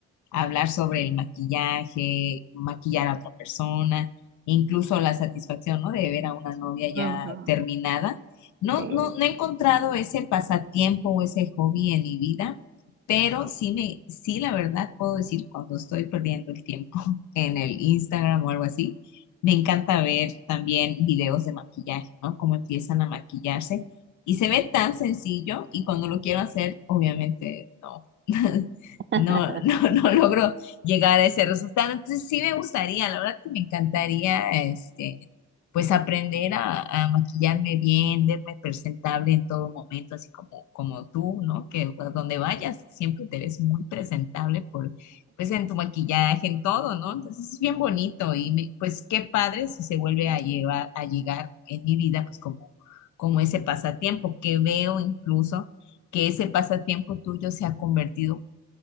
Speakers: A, on the left; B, on the right.
A: hablar sobre el maquillaje, maquillar a otra persona, incluso la satisfacción, ¿no? De ver a una novia ya
B: Ujú,
A: terminada. No,
B: sí.
A: no, no he encontrado ese pasatiempo o ese hobby en mi vida, pero sí me, sí la verdad puedo decir cuando estoy perdiendo el tiempo <laughs> en el Instagram o algo así, me encanta ver también videos de maquillaje, ¿no? Cómo empiezan a maquillarse. Y se ve tan sencillo y cuando lo quiero hacer, obviamente no. <laughs>
B: <laughs>
A: no, <laughs> no, no logro llegar a ese resultado. Entonces sí me gustaría, la verdad que me encantaría, este, pues aprender a, a maquillarme bien, verme presentable en todo momento, así como, como tú, ¿no? Que a donde vayas siempre te ves muy presentable por, pues en tu maquillaje, en todo, ¿no? Entonces es bien bonito y me- pues qué padre si se vuelve a llevar, a llegar en mi vida, pues como, como ese pasatiempo que veo incluso que ese pasatiempo tuyo se ha convertido